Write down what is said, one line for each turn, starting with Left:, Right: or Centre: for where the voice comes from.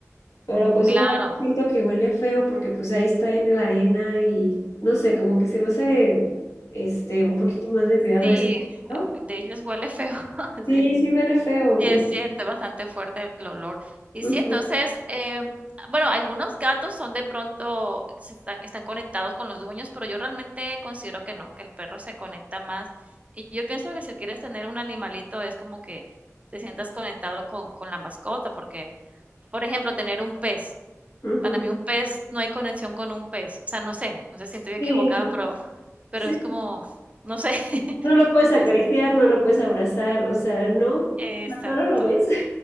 Left: Pero pues
Right: claro.
Left: un gato siento que huele feo porque pues ahí está en la arena y no sé, como que se me hace este un poquito más de cuidado
Right: Sí,
Left: eso, ¿no?
Right: el de ellos huele feo, <laughs> sí.
Left: Sí, sí huele feo.
Right: Sí,
Left: Y
Right: es cierto, es bastante fuerte el olor. Y
Left: Ujú,
Right: sí, entonces, em, bueno, algunos gatos son de pronto, se están, están conectados con los dueños, pero yo realmente considero que no, que el perro se conecta más. Y yo pienso que si quieres tener un animalito es como que te sientas conectado con, con la mascota, porque, por ejemplo, tener un pez,
Left: ujú.
Right: para mí un pez, no hay conexión con un pez. O sea, no sé, no sé si estoy equivocada,
Left: Sí, no.
Right: pero, pero
Left: Sí.
Right: es como, no sé. <laughs>
Left: No lo puedes
Right: Entonces,
Left: acariciar, no lo puedes abrazar, o sea, no,
Right: exacto.
Left: ahora lo ves.